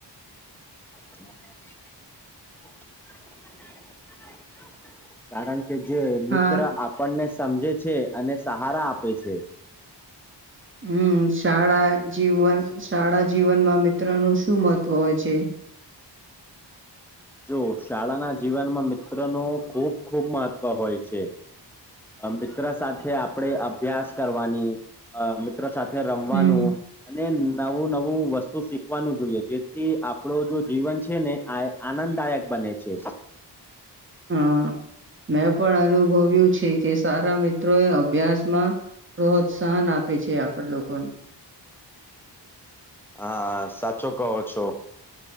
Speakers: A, in the centre; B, on the right.
A: હમ <unintelligible> કારણ કે જે
B: હા
A: મિત્ર આપણને સમજે છે. અને સહારા આપે છે.
B: હમ શાળા જીવન શાળા જીવનમાં મિત્રનું શું મહત્વ હોય છે?
A: જો શાળાના જીવનમાં મિત્ર ન ખૂબ ખૂબ મહત્વ હોય છે, મિત્ર સાથે આપણે અભ્યાસ કરવાની, મિત્ર સાથે રમવાનું,
B: હમ.
A: અને નવું નવું વસ્તુ શીખવાનું જોઈએ જેથી આપણો જો જીવન છે ને આ આનંદદાયક બને છે.
B: હા મેં પણ અનુભવ્યું છે કે સારા મિત્ર મિત્રો એ અભ્યાસમાં પ્રોત્સાહન આપે છે આપણ લોકોને
A: હા સાચો કહો છો